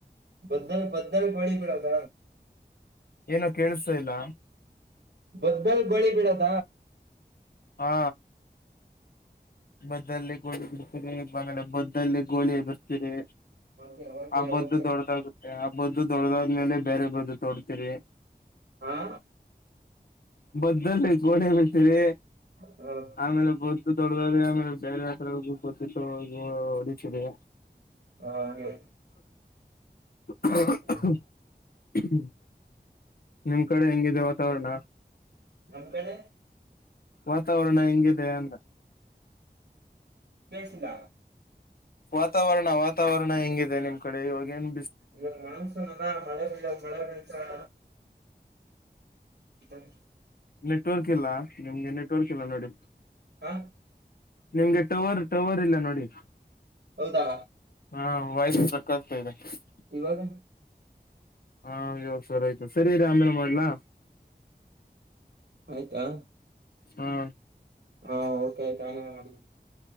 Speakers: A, on the right; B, on the left.
A: ಬ್ಧಲ್ ಬ್ಧಲ್ ಪಳ ಪಡದ
B: ಏನೋ ಕೇಳಸ ಇಲ್ಲ
A: ಬದಬಲ್ ಬಳಿ ಬಿಡದ
B: ಹಾ ಮದ್ದಲ್ಲಿ ಗೋಳಿ ಬರ್ತೀರಿಲೆ ಮದ್ದಲ್ಲಿ ಗೋಳಿ ಬರ್ತೀರಿ
A: ಓಕೆ ಓಕೆ
B: ಆಬದ್ದ
A: ಓಕೆ
B: ದೊಡ್ಡದಾಗುತ್ತೆ ಆಬ್ಬದ್ದ ದೊಡದಾದ್ಮೇಲೆ ಬೇರೆ ಬ್ರದ್ದು ತೊಡ್ತಿರಿ
A: ಹಾ
B: ಬ್ದಲ್ಲಿ ಗೋಣ ಬಿಡ್ತೀರಿ
A: ಹ ಹ
B: ಆಮೇಲೆ ಬ್ದ ದೊಡ್ಡ ಮೇಲೆೈತ್ವ ಹೊಡತಿದೆ
A: ಹ ಹಾಗೆ
B: <inaudible>
A: ಹ
B: ನಿಮ್ ಕಡೆ ಹೆಂಗಿದೆ ವಾತಾವರಣ.
A: ನಮ್ ಕಡೆ.
B: ವಾತಾವರಣ ಹೆಂಗಿದೆ ಅಂದೆ.
A: ಕೆಳ್ಸಿಲ್ಲ.
B: ವಾತಾವರಣ ವಾತಾವರಣ ಹೆಂಗಿದೆ ನಿಮ್ ಕಡೆ ಇವಾಗೇನ್
A: ಇವಾಗ ಮನ್ಸನಲ್ಲ ಮಳೆ ಬೀಳ ಮಳೆ ಬೀಳ್ಸ <unintelligible> <unintelligible>
B: ನೆಟ್ವರ್ಕ್ ಇಲ್ಲ ನಿಮ್ಗೆ ನೆಟ್ವರ್ಕ್ ಇಲ್ಲ ನೋಡಿ.
A: ಹ
B: ನಿಮ್ಗೆ ಟವರ್ ಟವರ್ ಇಲ್ಲ ನೋಡಿ
A: ಹೌದಾ
B: ಹ <unintelligible> <unintelligible>
A: ಇವಾಗ.
B: ಹಾ ಇವಗ್ ಸರಿ ಆಯ್ತು ಸರಿ ಇರು ಆಮೇಲೆ ಮಾಡ್ಲಾ.
A: ಆಯ್ತಾ.
B: ಹಾ
A: ಹಾ ಓಕೆ ಆಯ್ತ್ ಅಮೆಲ್ ಮಾಡಿ.